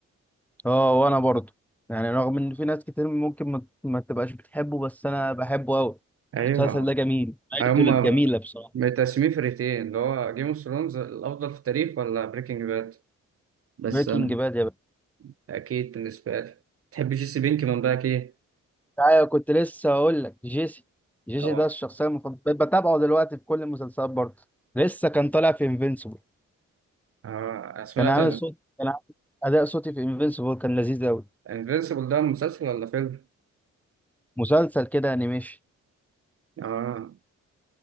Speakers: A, in the centre; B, on the right.
A: اه وانا برضو يعني رغم ان في ناس كتير ممكن ما, ما تبقاش بتحبه بس انا بحبه قوي
B: أيوه
A: المسلسل ده جميل عيلته
B: هما
A: الجميله بصراحه
B: متقسمين فرقتين اللي هو جيم اوف ثرونز الأفضل في التاريخ ولا بريكنج باد بس
A: بريكنج
B: أنا
A: باد يا باشا.
B: أكيد بالنسبة لي تحب جيسي بينكمان بقى كده
A: ايوه كنت لسه هقول لك جيسي جيسي
B: أو
A: ده الشخصيه المفضله بقيت بتابعه دلوقتي في كل المسلسلات برضه لسه كان طالع في انفينسيبل
B: آه، سمعت
A: كان عامل صوت كان عامل اداء صوتي في انفينسيبل كان لذيذ قوي
B: الانفينسيبل ده مسلسل ولا فيلم؟
A: مسلسل كده انيميشن
B: آه